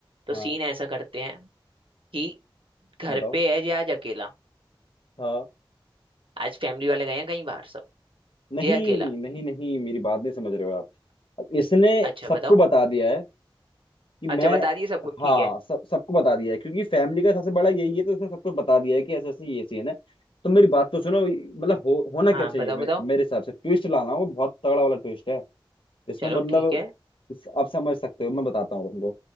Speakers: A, on the right; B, on the left.
A: तो
B: हाँ
A: सीन ऐसा करते हैं कि घर
B: बताओ
A: पे है जे आज अकेला
B: हाँ
A: आज फैमिली वाले गए हैं कहीं बाहर सब
B: नहीं
A: ये अकेला
B: नहीं नहीं मेरी बात नहीं समझ रहे हो आप अब इसने
A: अच्छा
B: सबको
A: बताओ
B: बता दिया है कि मैं
A: अच्छा बता दिए सबको ठीक
B: हाँ
A: है
B: सब सबको बता दिया है क्योंकि फैमिली का सबसे बड़ा यही है तो इसने सबको बता दिया है कि ऐसे ऐसे ये सीन है तो मेरी बात तो सुनो मतलब हो, होना
A: हाँ
B: क्या चाहिए
A: बताओ
B: मे,
A: बताओ
B: मेरे हिसाब से ट्विस्ट लाना वो बहुत तगड़ा वाला ट्विस्ट है इसमें
A: चलो
B: मतलब
A: ठीक है
B: इस- आप समझ सकते हो मैं बताता हूँ तुमको